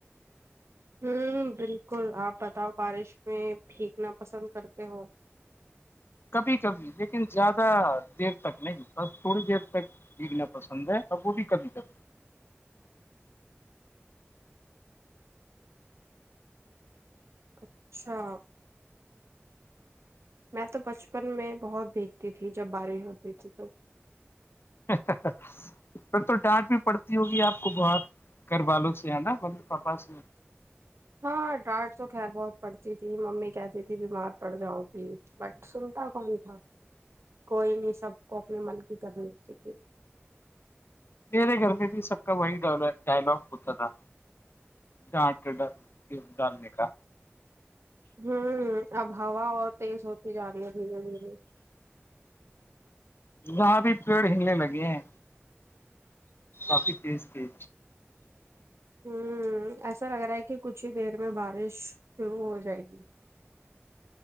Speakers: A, on the right; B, on the left.
A: ہوں بالکل آپ بتاؤ بارش میں پھینیکنا پسند کرتے ہو
B: کبھی کبھی لیکن زیادہ دیر تک نہیں بس تھوڑی دیر تک بیگنا پسند ہے اور وہ بھی کبھی تک
A: اچھا میں تو بچپن میں بہت بھیگتی تھی جب باریں ہوتی تھی تو
B: ہن ہنس ہن س تو ڈانٹ بھی پڑتی ہوگی آپ کو بہت گھر والوں سے ہے نا ممی پاپا سے
A: ہاں ڈانٹ تو خیر بہت پڑتی تھی ممی کہتی تھی بیمار پڑ جاؤ گ بٹ سنتا کون ہاں کوئی نہیں سب کو اپنے من کی کرنی ٹیک
B: میرے گھر میں بھی سب کا وہی ڈائلگ ہوتا تھا جانٹ ڈالنے کا
A: ہوں اب ہوا اور تیز ہوتی جا رہی ہے دھیرے دھیرے
B: جاں بھی پیڑ ہلنے لگے ہیں کافی تیز ھے
A: ہوں ایسا لگ رہا ہے کہ کچھ ہی دیر میں بارش شروع ہو جائے گی